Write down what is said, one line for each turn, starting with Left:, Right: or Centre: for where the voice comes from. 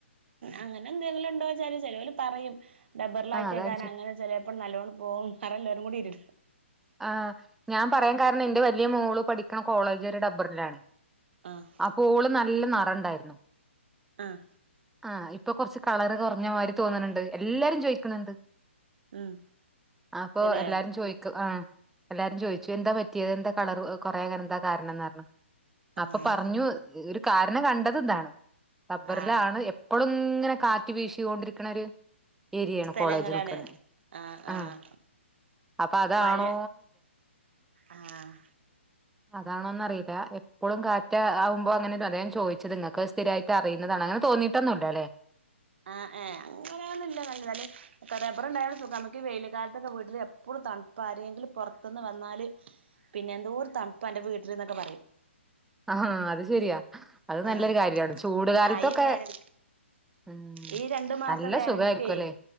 Right: അങ്ങനെ എന്തെങ്കിലും ഉണ്ടോ ച്ചാല് ചെലോല് പറയും ഡബ്ബറിൽ
Centre: ആ
Right: ആയിട്ടേക്കാരം
Centre: അതാ ചോദിച്ചേ
Right: അങ്ങനെ ചെലേപ്പം നല്ലോണം പോവും നെറല്ലോരും കൂടി ഇരി
Centre: ആഹ് ഞാൻ പറയാൻ കാരണം എന്റെ വല്ലിയ മോള് പഠിക്കണ കോളേ <unintelligible> ഒരു ഡബ്ബറിലാണ്
Right: ആഹ്
Centre: അപ്പൊ ഓള് നല്ല ന <unintelligible> ഇണ്ടായിര്ന്നു
Right: ആഹ്
Centre: ആഹ് ഇപ് ഇപ്പൊ കൊറച്ച് കളറ് കൊറഞ്ഞ മാരി തോന്നണുണ്ട് എല്ലാരും ചോയിക്ക്ണുണ്ട്
Right: ഉം
Centre: അപ്പൊ
Right: തന്നെ
Centre: എല്ലാരും ചോയിക്കും ആ എല്ലാരും ചോയിച്ചു എന്താ പറ്റിയത് എന്താ കളറ് കൊറയാൻ എന്താ കാരണംന്ന് പറഞ്ഞ്
Right: ആഹ്
Centre: അപ്പൊ പറഞ്ഞു ഒര് കാരണം കണ്ടത് ഇതാണ് ടബ്ബറിലാണ്
Right: ആഹ്
Centre: എപ് പ്പളും ഇങ്ങനെ കാറ്റ് വീശി കൊണ്ടിരിക്കണ ഒര് ഏരിയാണ്
Right: സ്ഥലങ്ങളാണ്
Centre: കോളേജ് നിക്കണെ
Right: ആഹ്
Centre: ആ
Right: ആഹ്
Centre: അപ്പ അതാണോ
Right: മഴ ആഹ്
Centre: അതാണോന്ന് അറീല എപ്പളും കാറ്റ് ആവുമ്പോ അങ്ങനെ <unintelligible> അത ഞാൻ ചോയിച്ചത് നിങ്ങക്ക് സ്ഥിരായിട്ട് അറിയുന്നതാണ് അങ്ങനെ തോന്നിട്ടൊന്നുല്ലല്ലേ
Right: ആഹ് ഏ അങ്ങനെയൊന്നും ഇല്ല <unintelligible> റബറുണ്ടായാൽ സുഖാ നമക്ക് ഈ വെയില് കാലത്തൊക്കെ വീട്ടില് എപ്പൊളും തണുപ്പാ ആരേങ്കിലും പൊറത്ത്ന്ന് വന്നാല് പിന്നെ എന്തോര് തണുപ്പ അന്റെ വീ <unintelligible> പറയും
Centre: അഹാ അത് ശെരിയാ അത് നല്ലൊരു
Right: ആഹ്
Centre: കാര്യാണ് ചൂട് കാലത്തൊക്കെ
Right: ആഹ് ഈ വേനൽ
Centre: ഉം
Right: ഈ രണ്ടു മാസം
Centre: നല്ല
Right: വേനൽക്കേ
Centre: സുഖായിരിക്കും അല്ലേ